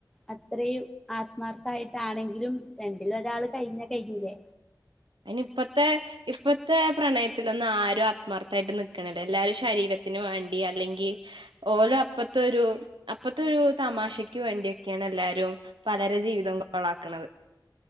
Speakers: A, in the centre; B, on the right.
A: അത്രയും ആത്മാർഥായിട്ടാണെങ്കിലും രണ്ടില് ഒരാള് കഴിഞ്ഞാ കഴിഞ്ഞില്ലേ
B: അതിന് ഇപ്പത്തെ ഇപ്പത്തെ പ്രണയത്തിലൊന്നും ആരും ആത്മാർത്ഥായിട്ട് നിക്കണില്ല എല്ലാരും ശരീരത്തിന് വേണ്ടി അല്ലെങ്കിൽ ഓലും അപ്പത്തെ ഒരു അപ്പത്തെ ഒരു തമാശക്ക് വേണ്ടിയൊക്കെയാണ് എല്ലാരും പലരെ ജീവിതം കുളാക്കണത്